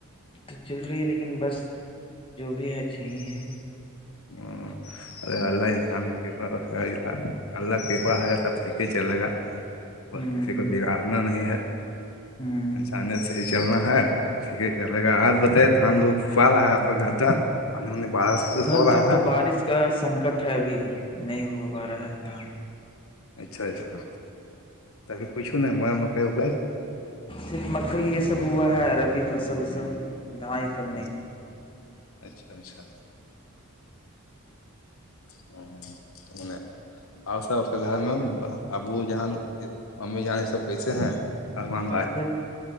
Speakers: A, on the left (about 25°); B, on the left (about 65°).
A: تو چل رہی ہے لیکن بس جو بھی ہے اچھھی ہی ہے
B: ہوں ار اللہ انسان کی کرپا رہے گالہ اللہ کرپا رہے گا تب پٹھیک ہی چلے گا بس
A: ہوں
B: کسی کو بگاڑنا نہیں ہے
A: ہوں
B: انسانیت سے صحیح چلنا ہے سب ٹھیک چلے گا آج بت دھان لوگ پا رہا ہے آپ کا گھر دھان پانی ان بر سے ہو
A: ا تر
B: رہا
A: تو
B: ہے
A: بارش کا سنکٹ ہے ابھی نہیں ہو پا رہا ہے دام
B: اچھا اچھا تہ پچھ ہو نہ مئ مکئی ہو گھر
A: صرف مکئی یہ سب ہوا ہے اورربی فصل سب دھان یہ سب
B: ہ
A: نہیں ہوا ہے
B: اچھا اچھا <unintelligible> اور سب آپ کے گھر میں ابو جان امی جان یہ سب کیسے ہیں ارمان بھائی
A: سب